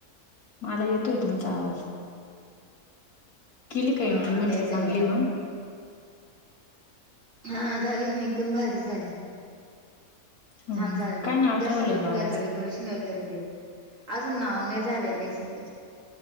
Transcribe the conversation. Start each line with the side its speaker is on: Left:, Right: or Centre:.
Left: मला येतोय तुमचा आवाज. केली काय
Right: हा
Left: एंट्री
Right: आता
Left: चांगली
Right: येतोय बोला
Left: म्हंटलं मग.
Right: हां, झाली ना, एकदम भारी झाली.
Left: हा
Right: छान
Left: हा.
Right: झालं
Left: काय
Right: डेकोरे,
Left: नाव
Right: दर्शनला
Left: ठेवलंय बाळाचं
Right: फुाग्याचं डेकोरेश वगैरे ते, अजून नाव नाही झालेलं आहे सजे.